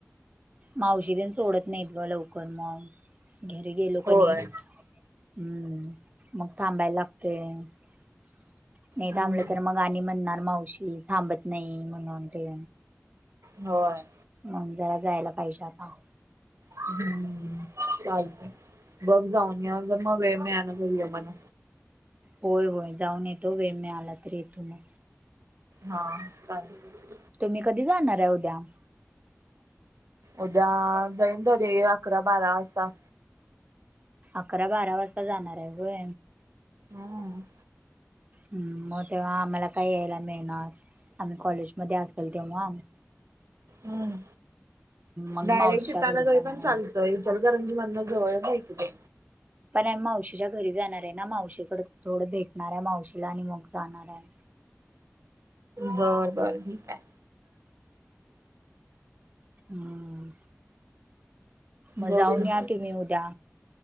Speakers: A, on the right (about 30°); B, on the right (about 70°).
A: मावशी ते सोडत नाहीत ब लवकर मग घरी गेलो कणी
B: होय
A: हम्म मग थांबायला लागते नाही
B: हम्म
A: थांबले तर मग गाणी म्हणणार मावशी थांबत नाही म्हणून ते
B: होय
A: मणून जरा जायला पाहिजे आता
B: हम्म चाल का बघ जाऊन या ज मग वेळ मिळाला घ आहे मणा
A: होय होय जाऊन येतो वेळ मिळाला तर येतो मग.
B: हा चालेल
A: तुम्ही कधी जाणार आहे उद्या
B: उद्या जाईन र अकरा बारा वाजता
A: अकरा बारा वाजता जाणार आहे ग
B: हम
A: हम म तेव्हा आम्हाला काही यायला मिळणार आम्ही कॉलेजमध्ये असेल तेव्हा हम्म
B: हम्म
A: मग
B: डायरेक्ट
A: मावश्या
B: तिथाना
A: घरी जाणार
B: तरी पण चालतंय
A: आहे म
B: इचलकरंजी मदन जवळच आहे की बाई
A: पण आम्ही मावशीच्या घरी जाणारे ना मावशीकडे थोडं भेटणार आहे मावशीला आणि मग जाणार आहे
B: बर बर मी काय
A: हम् मजाऊन
B: बर बर
A: या तुम्ही उद्या